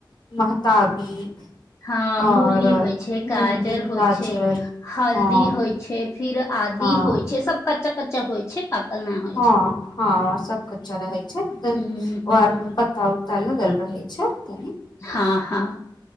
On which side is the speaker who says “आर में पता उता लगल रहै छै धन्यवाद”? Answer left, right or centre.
Left